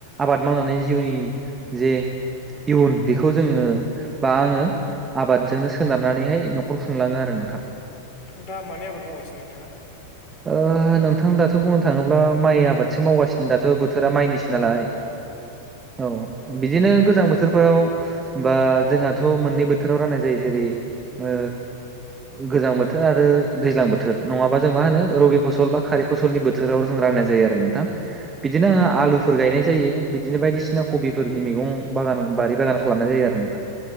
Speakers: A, on the right; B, on the left.
A: आबाद मावनानै जिउनि जे इयुन बेखौ जोङो बा आङो आबादजोंनो सोनारनानैहाय न'खर खुंलाङो आरो नोंथां।
B: नोंथां दा मानि आबाद मावगासिनो नोंथाङा?
A: ओ नोंथां दाथ' बुंनो थाङोब्ला माइ आबादसो मावगासिनो दाथ' बोथोरा माइनिसो नालाय
B: अ
A: औ बिदिनो गोजां बोथोरफोराव बा जोंहाथ' मोननै बोथोराव राननाय जायो जेरै ओ गोजां बोथोर आरो दैज्लां बोथोर नङाबा जों मा होनो रबि फसल बा खारि फसलनि बोथोराव राननाय जायो आरो नोंथां बिदिनो आं आलुफोर गायनाय जायो बिदिनो बायदिसिना कबिफोरनि मैगं बागान बारि बागान खालामनाय जायो आरो नोंथां।